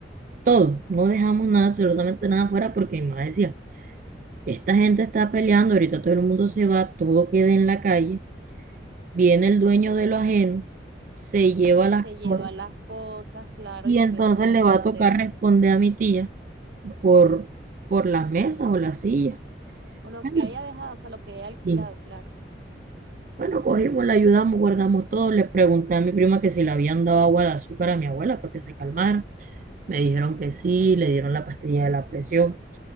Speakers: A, on the right; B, on the right.
A: todo, no dejamos nada, absolutamente nada afuera, porque mi mamá decía, esta gente está peleando, ahorita todo el mundo se va, todo queda en la calle, viene el dueño de lo ajeno, se lleva
B: Y
A: las
B: se lleva
A: cosas
B: las cosas, claro,
A: y
B: y después
A: entonces
B: le toca
A: le
B: responder
A: va a tocar responder a mi tía por, por las mesas o las sillas.
B: con lo
A: Bueno,
B: que haya dejado, o sea, lo que haya alquilado,
A: y,
B: claro.
A: bueno, cogimos, la ayudamos, guardamos todo, le pregunté a mi prima que si le habían dado agua de azúcar a mi abuela para que se calmara, me dijeron que sí, le dieron la pastilla de la presión.